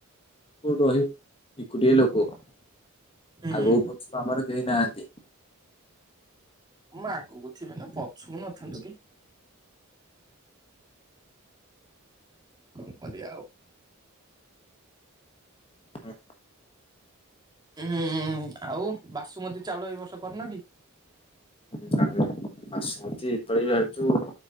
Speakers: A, on the left; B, on the right.
A: କୋଉଠି ରହିବ ଏକୁଟିଆ ଲୋକ ଆଗକୁ
B: ହୁଁ
A: ପଛକୁ ଆମର କେହିଁ ନାହାନ୍ତି।
B: ମ ଆଗକୁ ଥିବେ ନା ପଛୁ ନଥାନ୍ତୁ କେହି। କଣ କରିଆ ଆଉ
A: ହଁ।
B: ହୁଁ ଆଉ ବାସୁମତୀ ଚାଉଳ ଏଇ ବର୍ଷ କରନ କି?
A: ନାଁ ନାଁ ବାସୁମତୀ ଏ ପାଳି ଭାବିଚୁ